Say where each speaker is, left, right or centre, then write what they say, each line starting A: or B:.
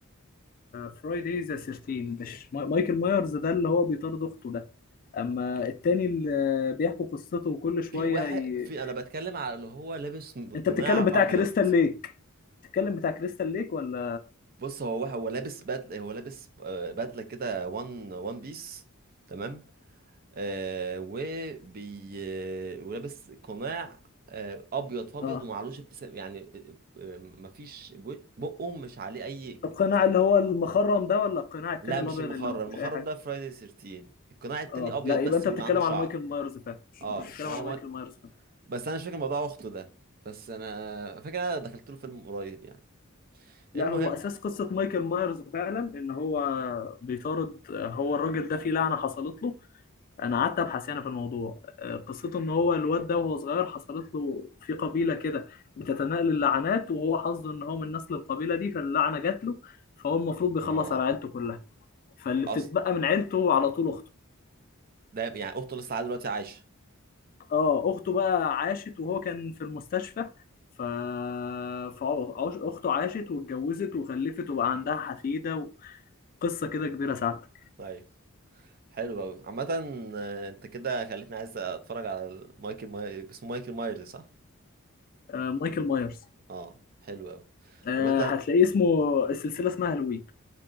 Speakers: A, on the left (about 40°); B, on the right (about 45°).
A: فرايداي ذا 13 مش ما- مايكل مايرز ده اللي هو بيطارد اخته ده اما التاني اللي بيحكوا قصته وكل شويه
B: في الواحد
A: ي...
B: في انا بتكلم على اللي هو لابس قناع
A: انت بتتكلم بتاع
B: ابيض
A: كريستال ليك بتتكلم بتاع كريستال ليك ولا
B: بص هو واحد هو لابس بدله هو لابس آه، بدله كده وان وان بيس تمام آه وبي آه، ولابس قناع آه ابيض في ابيض
A: اه
B: ومعلوش ابتسام يعني آه، آه، مفيش و- بقه مش عليه اي
A: القناع
B: اكسب
A: اللي هو المخرم ده ولا القناع التاني
B: لا
A: الابيض
B: مش المخرم
A: اللي ما فيهوش
B: المخرم
A: اي حاجه
B: ده فرايداي 13 القناع التاني
A: اه
B: ابيض
A: لا يبقى
B: بس
A: انت
B: واللي
A: بتتكلم
B: عنده شعر
A: على مايكل مايرز فعلا
B: اه
A: انت بتتكلم
B: وهو
A: على مايكل
B: ما...
A: مايرز فعلا
B: بس انا مش فاكر موضوع اخته ده بس انا فاكر انا دخلت له فيلم قريب يعني
A: لا
B: المهم
A: هو اساس قصه مايكل مايرز فعلا ان هو بيطارد هو الراجل ده في لعنه حصلت له انا قعدت ابحث يعني في الموضوع آه، قصته ان هو الواد ده وهو صغير حصلت له في قبيله كده بتتناقل اللعنات وهو حظه ان هو من نسل القبيله دي فاللعنه جات له فهو المفروض بيخلص
B: اه
A: على عيلته كلها فاللي
B: اصل
A: بتتبقى من عيلته على طول اخته
B: ده يعني اخته لسه لحد دلوقتي عايشه
A: اه اخته بقى عاشت وهو كان في المستشفى ف فاخته عاشت واتجوزت وخلفت وبقى عندها حفيده وقصه كده كبيره سعادتك
B: ايوه حلو قوي عامة آه، انت كده خليتني عايز اتفرج على مايكل ماي... اسمه مايكل مايرز صح؟
A: آه مايكل مايرز
B: اه حلو قوي
A: آه
B: عامة
A: هتلاقيه اسمه السلسله اسمها هالوين